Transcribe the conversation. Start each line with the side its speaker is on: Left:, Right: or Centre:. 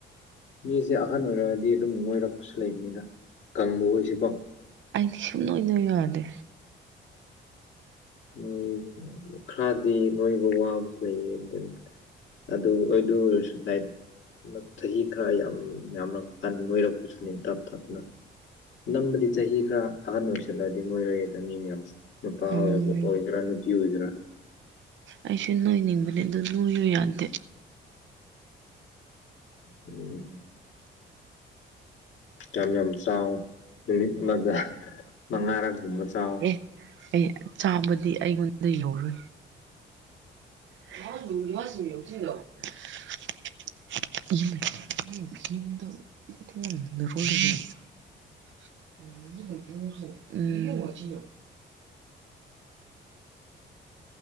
Left: ꯃꯤꯁꯦ ꯑꯍꯟ ꯑꯣꯏꯔꯒꯗꯤ ꯑꯗꯨꯝ ꯅꯣꯏꯔꯛꯄꯁꯨ ꯂꯩꯕꯅꯤꯗ ꯀꯪꯕ ꯑꯣꯏꯁꯤꯀꯣ
Right: ꯑꯩꯗꯤ ꯁꯛꯅꯣꯏ ꯅꯣꯏꯌꯨ ꯌꯥꯗꯦ
Left: ꯎꯝ ꯈꯔꯗꯤ ꯅꯣꯏꯕ ꯋꯥꯕꯁꯨ ꯂꯩꯌꯦ ꯗꯦꯟ ꯑꯗꯨ ꯑꯣꯏꯔꯁꯨ ꯂꯥꯠꯏ ꯆꯍꯤ ꯈꯔ ꯌꯥꯝ ꯌꯥꯝꯃꯛ ꯑꯀꯥꯟꯗ ꯅꯣꯏꯔꯛꯄꯁꯨꯂꯩ ꯇꯞ ꯇꯞꯅ ꯅꯝꯕꯗꯤ ꯆꯍꯤ ꯈꯔ ꯑꯍꯟ ꯑꯣꯏꯁꯜꯂ ꯑꯗꯤ ꯅꯣꯏꯔꯛ ꯑꯦꯗ ꯃꯤ ꯑꯌꯥꯝꯕꯁꯦ ꯅꯨꯄꯥ
Right: ꯎꯝ
Left: ꯑꯣꯏꯔ ꯑꯣꯏꯒꯦꯔꯥ ꯅꯨꯄꯤ ꯑꯣꯏꯒꯦꯔꯥ
Right: ꯑꯩꯁꯨ ꯅꯣꯏꯅꯤꯡꯕꯅꯦ ꯑꯗꯨ ꯅꯣꯏꯌꯨ ꯌꯥꯗꯦ
Left: ꯎꯝ ꯌꯥꯝ ꯌꯥꯝ ꯆꯥꯎ ꯅꯨꯃꯤꯠ ꯑꯃꯗ ꯃꯉꯥꯔꯛꯒꯨꯝꯕ ꯆꯥꯎ
Right: ꯑꯦ ꯑꯩ ꯆꯥꯕꯗꯤ ꯑꯩꯉꯣꯟꯗ ꯌꯧꯔꯣꯏ <unintelligible>
Left: <inaudible>
Right: <unintelligible> ꯎꯝ